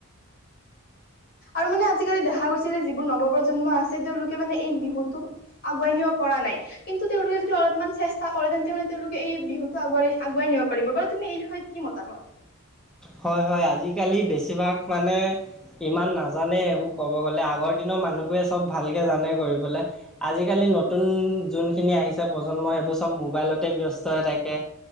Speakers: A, on the left (about 45°); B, in the centre.
A: আৰু মানে আজিকালি দেখা গৈছে যে যিবোৰ নৱ প্ৰ্ৰজন্ম আছে, তেওঁলোকে মানে এই বিহুতো আগুৱাই নিব পৰা নাই। কিন্তু তেওঁলোকে যদি অলপমান চেষ্টা কৰে, তেন্তে হলে তেওঁলোকে এই বিহুতটো আগুৱাই আগুৱাই নিব পাৰিব বাৰু তুমি এই বিষয়ত কি মতামত?
B: হয় হয়, আজিকালি বেছিভাগ মানে ইমান নাজানে, সেইবোৰ ক'ব গ'লে আগৰ দিনৰ মানুহবোৰে চব ভালকৈ জানে কৰি পেলাই। আজিকালি নতুন যোনখিনি আহিছে প্ৰজন্ম সেইবোৰ চব মোবাইলতে ব্যস্ত হৈ থাকে।